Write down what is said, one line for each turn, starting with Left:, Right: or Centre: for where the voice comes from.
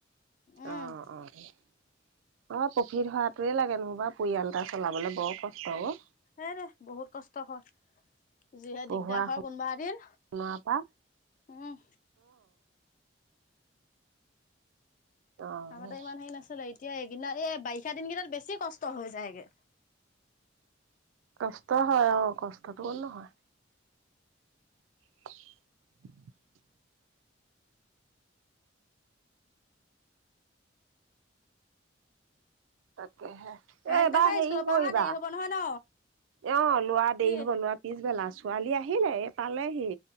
Left: উম
Right: অ', অ'। অ', প্ৰ'ফিট হোৱাটোৱে লাগে নহ'বা পৰিয়াল এটা চলাবলে বৰ কষ্ট অ'।
Left: হে নে বহুত কষ্ট হয়। যিহে
Right: পঢ়োৱা
Left: দিগদাৰ হয় কোনোবা এদিন,
Right: শুনোৱাৰ পৰা
Left: উম।
Right: অ
Left: আগতে
Right: অ
Left: ইমান হেৰি নাছিলে, এত তিয়া <unintelligible> এই বাৰিষা দিন কেইটাত বেছি কষ্ট হৈ যায়গে।
Right: কষ্ট হয় অ', কষ্টটো নহয়। <inaudible> এ
Left: এহেইকেইটা
Right: এবাৰ
Left: চাগে
Right: হেৰি
Left: স্কুলৰ
Right: কৰিবা।
Left: পৰা অহা দেৰি
Right: অ',
Left: হব নহয় ন
Right: লোৱা দেৰি
Left: কি
Right: হ'ব, লোৱা পিছবেলা, চো ছোৱালী আহিলে, এই পালেহি